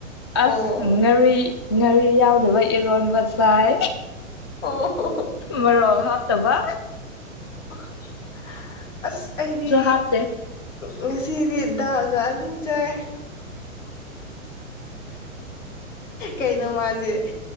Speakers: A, on the left; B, on the left.
A: ꯑꯣ
B: ꯑꯁ ꯉꯥꯔꯤ ꯉꯥꯔꯤ ꯌꯥꯎꯗꯕ ꯏꯔꯣꯟꯕꯁꯦ ꯄꯥꯏ
A: ꯑꯣ
B: ꯃꯔꯣ ꯍꯥꯞ ꯇꯕ
A: <unintelligible> ꯑꯁ ꯑꯩꯗꯤ
B: ꯍꯥꯞꯇꯦ
A: ꯉꯁꯤꯗꯤ ꯗꯥꯜ ꯒꯥ ꯑꯥꯂꯨ ꯆꯥꯏ ꯫ ꯀꯩꯅꯣ ꯃꯥꯁꯦ